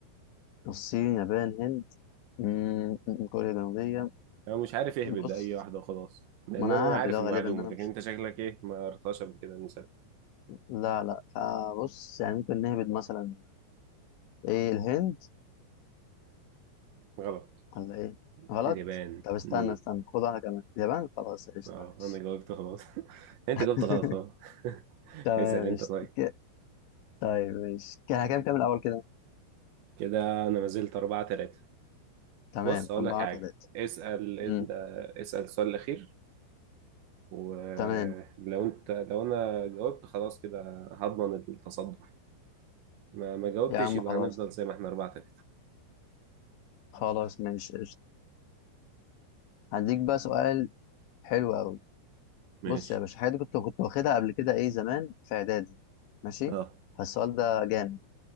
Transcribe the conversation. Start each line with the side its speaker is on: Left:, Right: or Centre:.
Left: الصين يابان هند مم. كوريا الجنوبيه
Right: أنا مش عارف اهبد
Left: بص
Right: أي واحدة وخلاص لأن
Left: ما انا
Right: أنا
Left: ههبد
Right: عارف
Left: أهو
Right: المعلومة
Left: غالبا ان انا
Right: لكن
Left: مش
Right: أنت شكلك إيه ما قريتهاش قبل كده المثال
Left: لا لا فبص يعني ممكن نهبد مثلا ايه الهند
Right: غلط
Left: ولا ايه غلط
Right: اليابان
Left: طب استنى
Right: مم.
Left: استنى خد واحده كمان اليابان خلاص قشطه
Right: أه
Left: ماشي
Right: أنا جاوبت خلاص <laughs> أنت
Left: <laughs>
Right: جاوبت غلط خلاص <laughs>
Left: تمام
Right: اسأل أنت
Left: ماشي
Right: طيب
Left: ك- طيب ماشي كده كام كام الاول كده
Right: كده انا ما زلت أربعة تلاتة
Left: تمام
Right: بص اقول
Left: أربعة
Right: لك حاجة
Left: تلاتة
Right: اسأل انت
Left: امم
Right: اسأل السؤال الأخير ولو
Left: تمام
Right: انت لو انا جاوبت خلاص كده هضمن التصدر ما ما جاوبتش
Left: يا عم
Right: يبقى
Left: خلاص
Right: هنفضل زي ما احنا أربعة تلاتة
Left: خلاص ماشي قشطة هديك بقى سؤال حلو قوي
Right: ماشي
Left: بص يا باشا حاجة دي كنت كنت واخدها قبل كده ايه زمان في اعدادي ماشي
Right: اه
Left: فالسؤال ده جامد